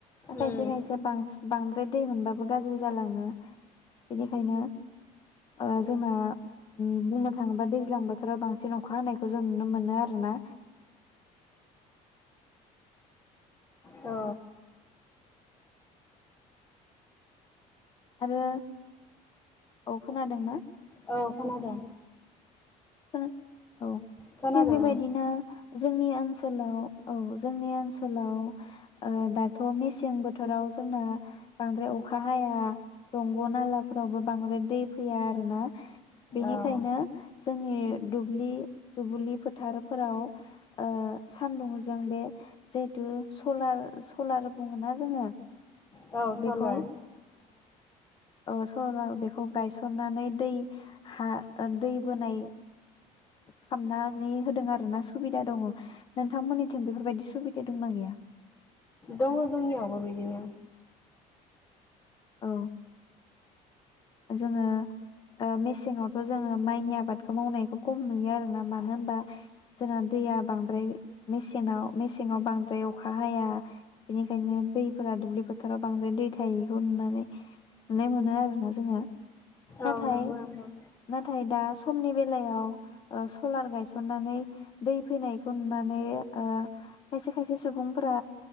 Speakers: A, on the left; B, on the left.
A: खायसे
B: उम
A: खायसेया बांसि बां दै मोनबाबो गाज्रि जालाङो बिनिखायनो ओ जोंना ओम बुंनो थाङोबा दैज्लां बोथ बोथोराव बांसिन अखा हानायखौ जों नुनो मोनो आरो ना।
B: औ।
A: आरो औ खोनादोंना?
B: औ खोनादों।
A: खोना औ
B: खोनादों
A: थिग बेबायदिनो जोंनि ओनसोलाव औ जोंनि ओनसोलाव ओ दाथ' मेसें बोथोराव जोंना बांद्राय अखा हाया दंग' नालाफोरावबो बांद्राय दै फैया आरोना बेनिखायनो
B: ओं
A: जोंनि दुब्लि दुब्लि फोथारफोराव ओ सानदुंजों बे जिहेतु सलार सलार बुङोना जोङो।
B: औ सलार
A: बेखौ ओ। स बेखौ गायसननानै दै हा दै बोनै खालामनानै होदों आरोना सुबिदा दङ नोंथांमोननिथिं बेफोरबायदि सुबिदा दंना गैया?
B: दङ जोंनियावबो बिदिनो
A: औ। जोङो मेसेंआवथ' जोङो माइनि आबादखौ मावनायखौ खम नुयो आरोना मानो होनबा जोंना दैया बांद्रायसे मेसेङाव बांद्राय अखा हाया बेनिखायनो दैफोरा दुब्लि फोथाराव बांद्राय दै थायोखौ नुनानै नुनाय मोनो आरोना। जोङो नाथाय
B: औ नंगौ नोंथां
A: नाथाय दा समनि बेलायाव सलार गायसननानै दै फैनायखौ नुनानै खायसे खायसे सुबुंफोरा